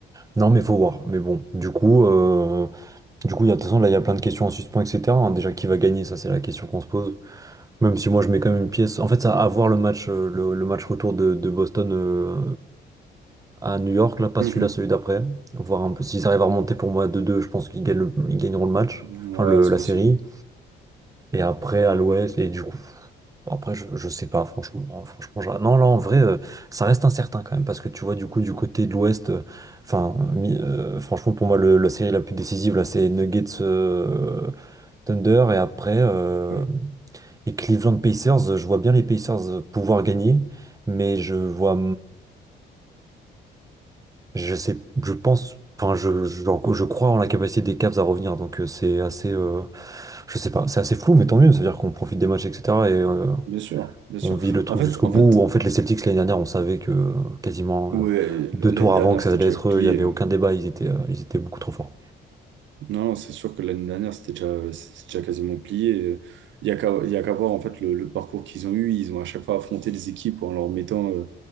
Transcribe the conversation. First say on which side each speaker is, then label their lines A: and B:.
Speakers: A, on the right (about 15°); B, on the right (about 75°).
A: Non, mais faut voir. Mais bon, du coup, euh, du coup, il y a, de toute façon, là, il y a plein de questions en suspens, etc. hein. Déjà, qui va gagner, ça, c'est la question qu'on se pose. Même si moi, je mets quand même une pièce. En fait, ça, à voir le match, euh, le, le match retour de, de Boston euh, à New York, là, pas
B: mhm.
A: celui-là, celui d'après. Voir un peu s'ils arrivent à remonter pour moi à deux, 2 je pense qu'ils gagnent le- ils gagneront le match.
B: Ouais,
A: Enfin, le-
B: c'est
A: la
B: possible.
A: série. Et après, à l'ouest, et du coup, après, je, je sais pas, franchement, hein, franchement, j'a- non, là, en vrai, euh, ça reste incertain quand même, parce que tu vois, du coup, du côté de l'ouest, euh, enfin, mi- euh, franchement, pour moi, le- la série la plus décisive, là, c'est Nuggets euh, Thunder, et après, euh,
B: ouais. Ouais.
A: et Cleveland Pacers, je vois bien les Pacers pouvoir gagner, mais je vois. Je sais, je pense, enfin, je, je, je crois en la capacité des Cavs à revenir, donc euh, c'est assez, euh, je sais pas, c'est assez flou, mais tant mieux, c'est-à-dire qu'on profite des matchs, etc. et euh,
B: Bien sûr, bien sûr.
A: on vit le truc
B: En fait,
A: jusqu'au
B: en
A: bout.
B: fait,
A: En fait, les Celtics l'année dernière, on savait que euh, quasiment
B: ouais,
A: euh, deux
B: l'année
A: tours
B: dernière,
A: avant que
B: c'était
A: ça allait
B: déjà
A: être
B: plié.
A: eux, il y avait
B: hein.
A: aucun débat, ils étaient, euh, ils étaient beaucoup trop forts.
B: Non, non, c'est sûr que l'année dernière, c'était déjà, c'était déjà quasiment plié. Il y a qu'à, il y a qu'à voir en fait le, le parcours qu'ils ont eu. Ils ont à chaque fois affronté les équipes en leur mettant euh,